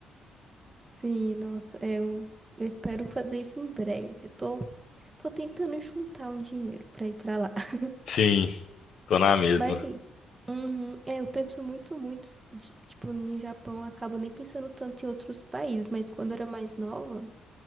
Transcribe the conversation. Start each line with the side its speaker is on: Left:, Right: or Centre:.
Right: Sim, nossa, é, eu, eu espero fazer isso em breve. Eu tô, tô tentando juntar um dinheiro pra ir pra lá. <laughs>
Left: Sim, tô na mesma.
Right: Mas assim, uhum, é, eu penso muito, muito, de- tipo, no Japão, eu acabo nem pensando tanto em outros países, mas quando eu era mais nova.